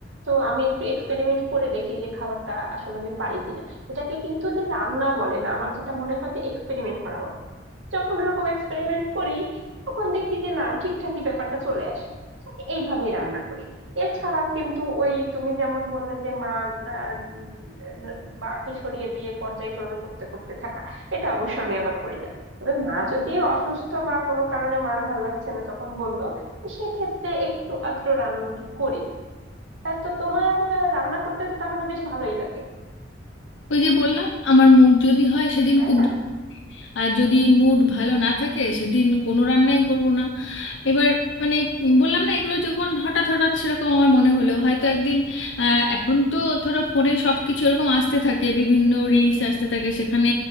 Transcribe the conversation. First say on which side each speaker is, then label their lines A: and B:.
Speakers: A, on the right; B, on the left.
A: তো আমি একটু এক্সপেরিমেন্ট করে দেখি যে খাবারটা আসলে আমি পারি কিনা এটাকে কিন্তু যে রান্না বলে না আমার যেটা মনে হয় যে এক্সপেরিমেন্ট করা বলে যখন এরকম এক্সপেরিমেন্ট করি তখন দেখি যে না ঠিকঠাকই ব্যাপারটা চলে আসে তো আমি এইভাবেই রান্না করি এছাড়া কিন্তু ওই তুমি যেমন বললে যে মা আহ, উম, আহ, মাকে সরিয়ে দিয়ে পর্যায়ক্রমে করতে করতে থাকা এটা অবশ্য আমি আবার করি না তবে মা যদি অসুস্থ বা কোনো কারণে মার ভাল লাগছে না তখন বললো সেক্ষেত্রে একটু আধটু রান্নাটা করি তা তো তোমার আহ, রান্না করতে তো তাহলে বেশ ভালোই লাগে
B: ওই যে বললাম আমার মুড যদি হয় সেদিন
A: তাই
B: খুব
A: না
B: আর যদি মুড ভালো না থাকে সেদিন কোনো রান্নাই করব না এবার মানে উম বললাম না এগুলো যখন হঠাৎ হঠাৎ সেরকম আমার মনে হলো হয়তো একদিন আহ, এখন তো ধরো ফোনে সব কিছু এরকম আসতে থাকে বিভিন্ন রিলস আসতে থাকে সেখানে